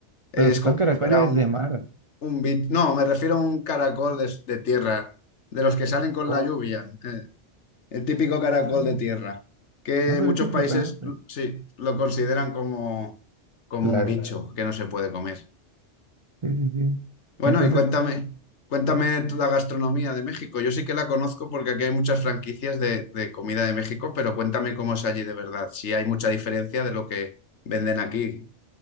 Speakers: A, on the left (about 70°); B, on the right (about 35°).
A: es
B: Pero son
A: como
B: caracoles
A: si fuera
B: de mar.
A: Un bit, no, me refiero a un caracol de, de tierra, de los que salen con
B: o
A: la lluvia, eh, el típico caracol
B: no sabe,
A: de tierra, que
B: no sabe
A: muchos
B: qué se
A: países
B: le ponen.
A: sí lo consideran como, como
B: por
A: un
B: ahí.
A: bicho que no se puede comer.
B: Sí, sí, sí.
A: Bueno,
B: Entonces,
A: y cuéntame, cuéntame tú la gastronomía de México. Yo sí que la conozco porque aquí hay muchas franquicias de, de comida de México, pero cuéntame cómo es allí de verdad, si hay mucha diferencia de lo que venden aquí.